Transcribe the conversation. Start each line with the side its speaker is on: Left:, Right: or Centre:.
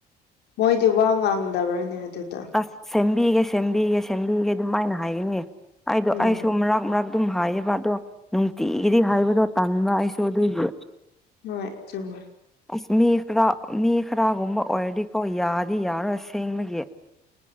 Left: ꯃꯣꯏꯗꯤ ꯋꯥ ꯉꯥꯡꯗꯕ꯭ꯔꯅꯦ ꯑꯗꯨꯗ
Centre: ꯑꯁ ꯁꯦꯝꯕꯤꯒꯦ ꯁꯦꯝꯕꯤꯒꯦ ꯁꯦꯝꯕꯤꯒꯦ ꯗꯨꯃꯥꯢꯅ ꯍꯥꯢꯒꯅꯤ ꯑꯩꯗꯣ
Left: ꯎꯝ
Centre: ꯑꯩꯁꯨ ꯃꯔꯥꯛ ꯃꯔꯥꯛ ꯑꯗꯨꯝ ꯍꯥꯏꯌꯦꯕ ꯑꯗꯣ ꯅꯨꯡꯇꯤꯒꯤꯗꯤ ꯍꯥꯏꯕꯗꯣ ꯇꯟꯕ ꯑꯩꯁꯨ ꯑꯗꯨꯒꯤ
Left: ꯅꯣꯢ ꯆꯨꯝꯃꯤ꯫
Centre: ꯑꯁ ꯃꯤ ꯈꯔ ꯃꯤ ꯈꯔꯥꯒꯨꯝꯕ ꯑꯣꯢꯔꯗꯤꯀꯣ ꯌꯥꯗꯤ ꯌꯥꯔꯣꯢ ꯑꯁꯦꯡꯕꯒꯤ꯫